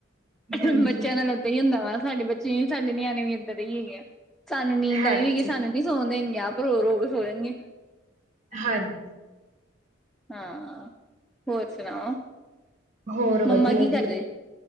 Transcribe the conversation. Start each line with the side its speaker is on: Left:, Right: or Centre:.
Centre: ਬੱਚਿਆਂ
Right: ਹਾਂਜੀ।
Centre: ਨਾਲ ਲੱ ਇੱਦਾ ਹੀ ਹੁੰਦਾ ਵਾ, ਸਾਡੇ ਬੱਚੇ ਵੀ ਸਾਡੇ ਨਿਆਣੇ ਵੀ ਇੱਦਾਂ ਦੇ ਹੀ ਹੈਗੇ ਆ, ਸਾਨੂੰ ਨੀਂਦ
Right: ਹਾਂਜੀ,
Centre: ਆਈ ਹੋਏਗੀ ਸਾਨੂੰ ਨਹੀਂ ਸੋਣ ਦੇਣਗੇ, ਆਪ ਰੋ -ਰੋ ਕੇ ਸੋ ਜਾਣਗੇ।
Right: ਹਾਂਜੀ।
Centre: ਹਾਂ, ਹੋਰ ਸੁਣਾਓ?
Right: ਹੋਰ
Centre: ਮੰਮਾ
Right: ਵਧੀਆ
Centre: ਕੀ ਕਰਦੇ
Right: ਜੀ।